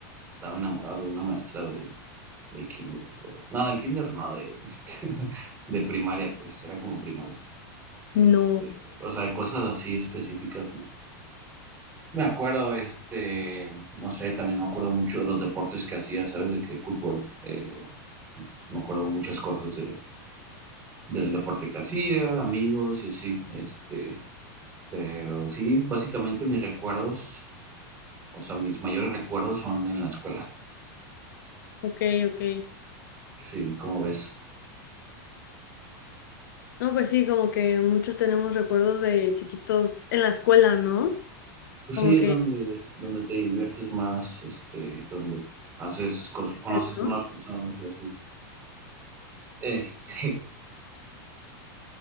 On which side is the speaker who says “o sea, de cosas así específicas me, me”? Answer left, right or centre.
Right